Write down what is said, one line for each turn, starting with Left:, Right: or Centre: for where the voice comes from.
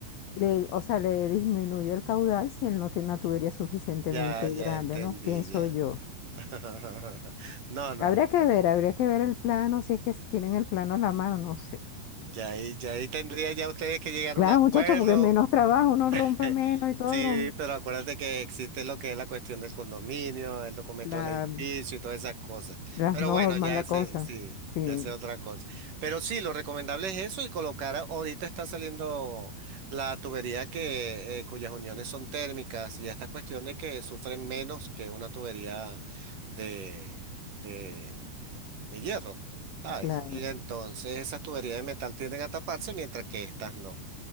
Left: le- o sea, le disminuyó el caudal si él no tiene una tubería suficientemente
Right: Ya, ya
Left: grande,
Right: entendí,
Left: ¿no? Pienso
Right: ya.
Left: yo.
Right: <laughs> No, no,
Left: Habría
Right: no.
Left: que ver, habría que ver el plano, si es que tienen el plano a la mano, no sé.
Right: Ya ahí, ya ahí tendría ya ustedes que llegar
Left: Claro,
Right: a un acuerdo.
Left: muchachos, porque menos trabajo, uno rompe
Right: <laughs>
Left: menos y todo,
Right: Sí,
Left: broma.
Right: pero acuérdate que existe lo que es la cuestión del condominio, el documento
Left: La-
Right: del edificio y todas esas cosas.
Left: las
Right: Pero
Left: normas,
Right: bueno, ya
Left: la
Right: ese,
Left: cosa.
Right: sí,
Left: Sí,
Right: ya ese es otra cosa. Pero sí, lo recomendable es eso y colocar, a- ahorita está saliendo la tubería que, eh, cuyas uniones son térmicas y esta cuestión de que sufren menos que una tubería de, de, de hierro, ¿sabes?
Left: claro,
Right: Y entonces esas tuberías de metal tienden a taparse mientras que estas no.